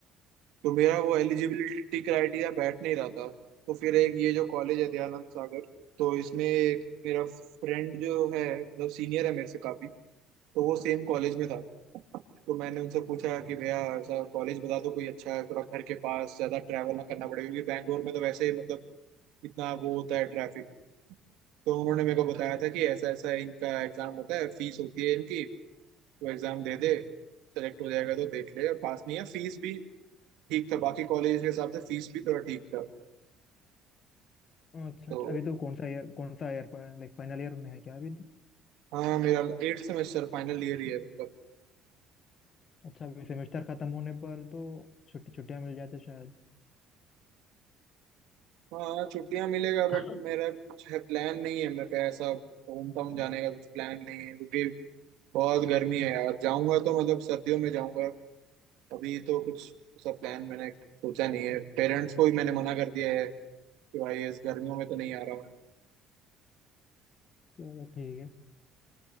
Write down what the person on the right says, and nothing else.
तो मेरा वो एलिजिबिलिटी क्राइटेरिया बैठ नहीं रहा था तो फिर एक ये जो कॉलेज है दयानंद सागर तो इसमें एक मेरा फ्रेंड जो है मतलब सीनियर है मेरे से काफी तो वो सेम कॉलेज में था तो मैंने उनसे पूछा कि भैया ऐसा कॉलेज बता दो कोई अच्छा है थोड़ा घर के पास ज्यादा ट्रैवल ना करना पड़े क्योंकि बैंगलोर में तो वैसे ही मतलब इतना वो होता है ट्रैफिक तो उन्होंने मेरे को बताया था कि ऐसा ऐसा इनका एग्जाम होता है फीस होती है इनकी तो एग्जाम दे दे सेलेक्ट हो जाएगा तो देख ले पास नहीं है फीस भी ठीक था बाकी कॉलेज के हिसाब से फीस भी थोड़ा ठीक था
तो
हाँ मेरा एट सेमेस्टर फाइनल ईयर ही है मतलब
हाँ छुट्टियां मिलेगा बट
मेरा कुछ है प्लान नहीं है मैं ऐसा होम टाउन जाने का कुछ प्लान नहीं है क्योंकि बहुत गर्मी है यार जाऊंगा तो मतलब सर्दियों में जाऊंगा अभी तो कुछ ऐसा प्लान मैंने सोचा नहीं है पेरेंट्स को भी मैंने मना कर दिया है कि भाई इस गर्मियों में तो नहीं आ रहा मैं